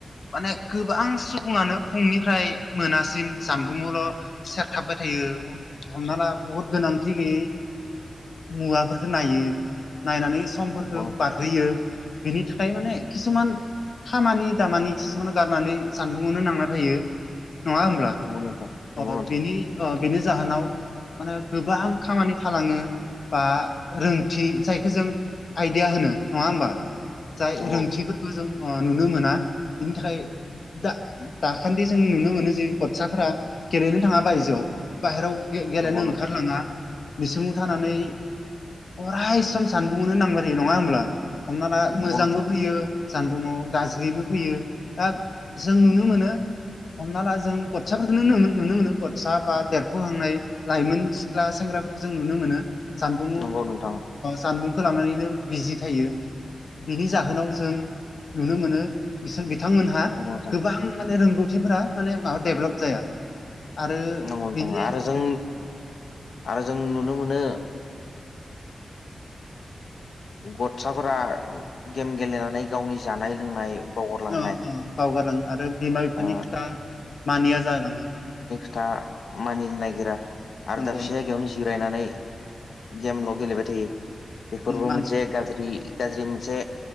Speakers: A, on the left (about 50°); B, on the left (about 75°).
A: माने गोबां सुबुङानो फुंनिफ्राय मोनासिम जानबुंआवल' सेरथाबबाय थायो। हमना ला बुहुत गोनांथि गैयै मुवाफोरखौ नायो नायनानै समफोरखौ
B: नंगौ
A: बारहोयो। बिनि थाखाय माने खिसुमान खामानि दामानि खिसुमान गारनानै जानबुंआवनो नांला ायो नङा हब्लानि
B: नोंथां नंगौ नोंथां
A: बिनि जाहोनाव माने गोबां खामानि थालाङो बा रोंथि जायखौ जों आइदििया होनो नङा होमबा? जाय
B: नंगौ
A: रोंथिफोरखौ जों नुनो मोना बिनि थाखाय दा दाखादि जों नुनो मोनो जे गथसाफोरा गेलेनो थाङा बायजोआव बाहेराव गेलेनो
B: नंगौ
A: ओंखारलाङा
B: नोंथां
A: निसिम थानानै अराय समम सानबुंो नांबाय थायो नङा होमब्ला हमना ला
B: नंगौ
A: मोजांबो
B: नोंथां
A: फैयो जानबुंङआव गाज्रिबो फैयो दा जों नुनो मोनो हमना ला जों गसाफोरफोरखौोनो नुनो मोनो गसा बा देरफुहांनाय लाइमोन सिख्ला सेंग्राफोरखौ जों नुनो मोनो जानबुं
B: नंगौ नोंथां
A: जानबुंखौ लानानैनो बिजि थायो बिनि जाहोनाव जों नुनो मोनो बिथांमोन
B: नंगौ नोंथां
A: गोबां माने रोंगौथिफोरा माने माबा डेभेलप जाया आरो
B: नंगौ नोंथां
A: बिदि
B: आरो जों आरो जों नुनो मोनो गथसाफोरा गेम गेलेनानै गावनि जानाय लोंनाय बावगारलांनाय
A: अ अ बावगारलाङो आरो बिमा बिफानि
B: ओ
A: खोथा मानिया जालाङो।
B: ा मानिनो नागिरा आरो
A: नंगौ
B: दाबसे
A: नंगौ
B: जायगायावनो जिरायनानै गेमल' गेलेबाय थायो बेफोरबो
A: मानसिफ्रा
B: मोनसे गाज्रि गाज्रि मोनसे